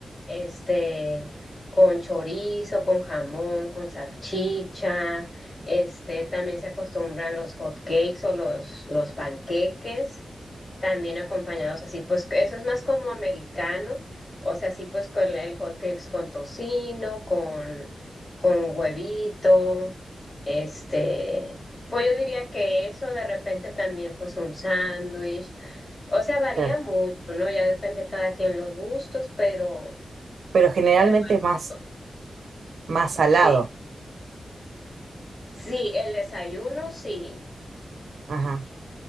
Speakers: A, on the left; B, on the right.
A: este, con chorizo, con jamón, con salchicha, este, también se acostumbran los hot cakes o los, los panqueques. También acompañados así, pues que eso es más como americano, o sea, así pues con el hot cakes con tocino, con, con huevito, este, pues yo diría que eso de repente también pues un sándwich, o sea, varía
B: Claro.
A: mucho, ¿no? Ya depende de cada quien los gustos, pero,
B: Pero generalmente
A: pero algo
B: más,
A: así, co-
B: más salado.
A: sí, sí, el desayuno, sí.
B: Ajá.